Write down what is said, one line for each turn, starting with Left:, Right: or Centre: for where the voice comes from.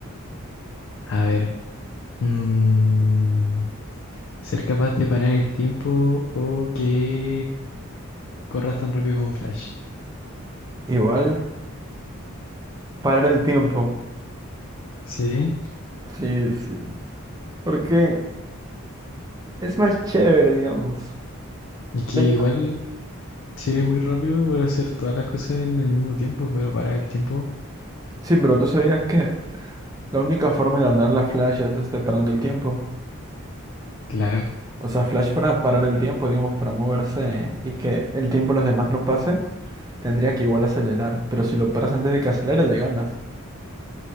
Left: A ver, mm, ser capaz de parar el tiempo o que corras tan rápido como Flash.
Right: Igual. Parar el tiempo.
Left: Sí,
Right: Sí, sí. Porque Es más chévere, digamos.
Left: es que
Right: De
Left: igual
Right: hecho,
Left: si eres muy rápido puedes hacer todas las cosas en el mismo tiempo, pero parar el tiempo,
Right: Sí, pero tú sabías que la única forma de ganar la Flash es este, parando el tiempo.
Left: claro,
Right: O sea, Flash para parar el tiempo, digamos, para moverse y que el tiempo de los demás no pase, tendría que igual acelerar. Pero si lo paras antes de que acelere, le ganas.